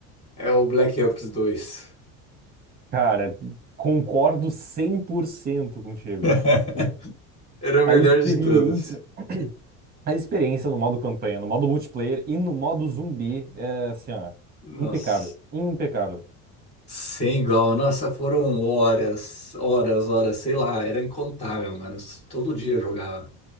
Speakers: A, on the left (about 20°); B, on the right (about 30°).
A: É o Black Ops dois
B: Cara, concordo 100% contigo,
A: <laughs>
B: mano.
A: Era o
B: A
A: melhor
B: experiência,
A: de todos.
B: a experiência no modo campanha, no modo multiplayer e no modo zumbi é assim, ó,
A: Nossa.
B: impecável, impecável.
A: Sem igual, nossa, foram horas, horas, horas, sei lá, era incontável, mano. Todo dia eu jogava.